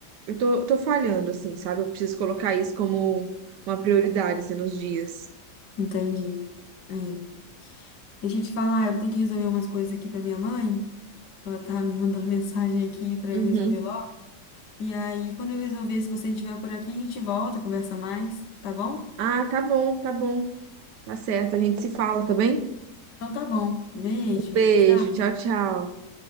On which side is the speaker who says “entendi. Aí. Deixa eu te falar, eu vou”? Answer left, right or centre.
Left